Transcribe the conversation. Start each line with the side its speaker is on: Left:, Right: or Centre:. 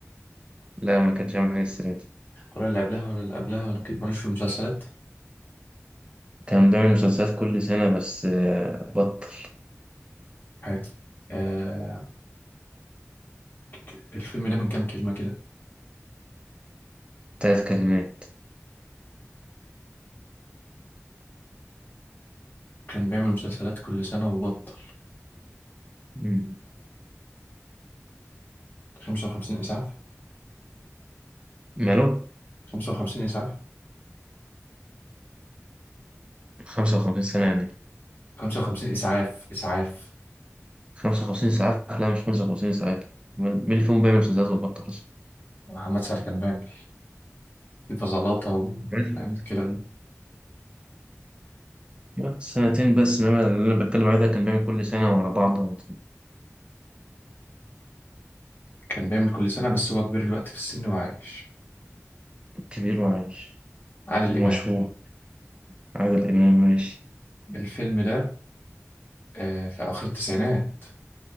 Right: لا ما كانش عامل حاجة السنة دي
Left: ولا اللي قبلها ولا اللي قبلها ولا كده ماليش في المسلسلات
Right: كان بيعمل مسلسلات كل سنة بس آه، بطل
Left: حلو آه ك- الفيلم ده من كام كلمة كده
Right: تلات كلمات
Left: كان بيعمل مسلسلات كل سنة وبطل
Right: مم.
Left: 55 إسعاف
Right: ماله؟
Left: 55 إسعاف
Right: خمسة وخمسين سنة يعني
Left: 55 إسعاف إسعاف
Right: خمسة وخمسين ساعة لا مش خمسة وخمسين ساعة مين مين اللي فيهم بيعمل مسدسات وبطل أصلا؟
Left: محمد سعد كان بيعمل في فزلاطة و...
Right: بل-
Left: يعني كده
Right: سنتين بس إنما اللي أنا بتكلم عليه ده كان بيعمل كل سنة ورا بعض
Left: كان بيعمل كل سنة بس هو كبير الوقت في السن وعايش
Right: كبير وعايش
Left: عادل
Right: ومشهور
Left: إمام
Right: عادل إمام ماشي
Left: الفيلم ده آه في آخر التسعينات